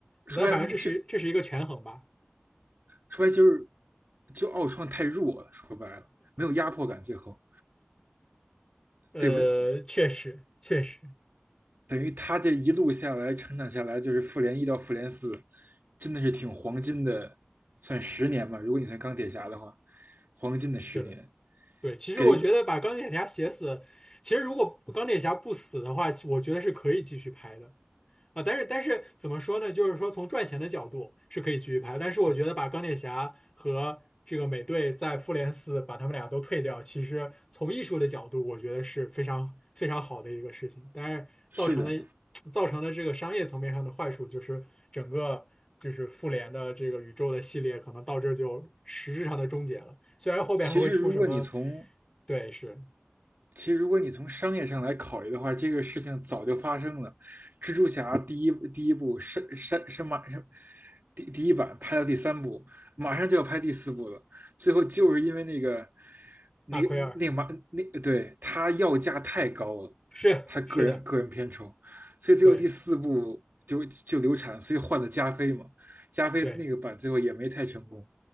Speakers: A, on the right; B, on the left.
A: 说白了就
B: 但反正这是这是一个权衡吧。
A: 说白就是就奥创太弱了，说白了没有压迫感，最后
B: 呃，
A: 对没有
B: 确实确实
A: 等于他这一路下来成长下来，就是复联一到复联四，真的是挺黄金的，算十年吧，如果你算钢铁侠的话，黄金的十年
B: 是的，对。其实我觉得把钢铁侠写死，
A: 给
B: 其实如果钢铁侠不死的话，我觉得是可以继续拍的。啊，但是但是怎么说呢？就是说从赚钱的角度是可以继续拍，但是我觉得把钢铁侠和这个美队在复联四把他们俩都退掉，其实从艺术的角度，我觉得是非常非常好的一个事情。但是造成的
A: 是的。
B: 造成的这个商业层面上的坏处，就是整个就是复联的这个宇宙的系列可能到这儿就实质上的终结了。虽然后边还会出什么，
A: 其实如果你从
B: 对，是
A: 其实如果你从商业上来考虑的话，这个事情早就发生了。蜘蛛侠第一第一部是是是马上第第一版拍到第三部，马上就要拍第四部了。最后就是因为那个那个那个马那对他要价太高了，
B: 马奎尔，是是的，
A: 他个人个人片酬，所以最后第四部就就流产，
B: 对
A: 所以换了加菲嘛。加菲那个版最后也没太成功，
B: 对。